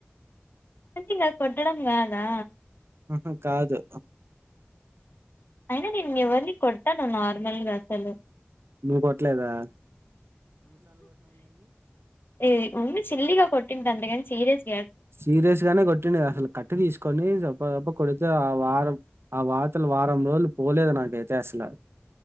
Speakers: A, on the left (about 60°); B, on the right (about 80°).
A: అయితే అది కొట్టడం గాదా
B: ఆహా కాదు
A: అయినా నేను ఎవరిని కొట్టను నార్మల్గా అసలు
B: నువ్ కొట్లేదా
A: ఏ ఉమ్ సిల్లిగా కొట్టిందంతే గాని సీరియస్
B: సీరియస్ గానే కొట్టిండుగా అసలు కట్టె తీసుకొని జప్ప జప్ప కొడితే ఆ వారం ఆ వా అసల్ వారం రోజులు పోలేదు నాకైతే అసలు